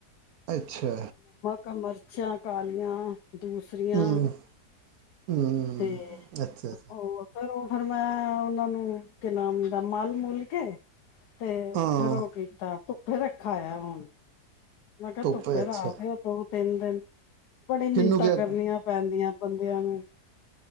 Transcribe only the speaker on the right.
ਅੱਛਾ।
ਹੂੰ ਹੂੰ
ਅੱਛਾ ਅੱਛਾ
ਹਾਂ
ਧੁੱਪ
ਹੈ ਅੱਛਾ
ਕਿਹਨੂੰ
ਗਿਆ